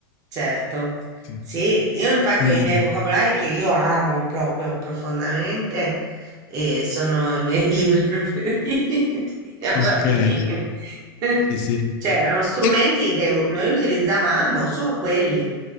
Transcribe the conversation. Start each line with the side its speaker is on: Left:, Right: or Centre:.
Right: Certo,
Left: Sì.
Right: sì, io infatti
Left: Mh,
Right: ho i miei vocabolari che io amo proprio profondamente e sono i miei <laughs> libri preferiti alla
Left: okay.
Right: fine. <laughs>
Left: Sì, sì.
Right: Cioè, erano strumenti
Left: E
Right: che u- noi utilizzavamo, solo quelli.